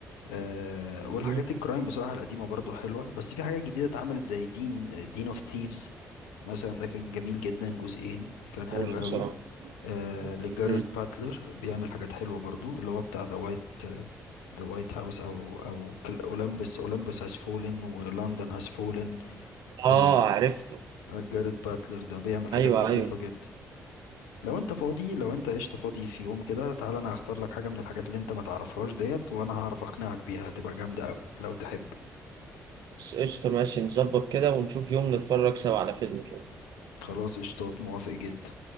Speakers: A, on the left; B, on the right.
A: آه والحاجات
B: مم.
A: الكرايم بصراحة القديمة برضو حلوة بس في حاجات جديدة اتعملت زي دين دين اوف ثيفز مثلا ده كان جميل جدا جزئين كان حلو
B: هو شو
A: قوي
B: بصراحة
A: آه
B: مم.
A: لجاريد باتلر بيعمل حاجات حلوة برضو اللي هو بتاع ذا وايت ذا وايت هاوس او او اولمبس اولمبس هاز فولن ولندن هاز فولن آه
B: اه عرفته
A: جاريد باتلر ده بيعمل
B: ايوه
A: حاجات لطيفة
B: ايوه
A: جدا لو انت فاضي لو انت قشطة فاضي في يوم كده تعالى انا هختار لك حاجة من الحاجات اللي انت ما تعرفهاش ديت وانا هعرف اقنعك بيها هتبقى جامدة قوي لو تحب
B: بس قشطة ماشي نظبط كده ونشوف يوم نتفرج سوا على فيلم كده
A: خلاص قشطات موافق جدا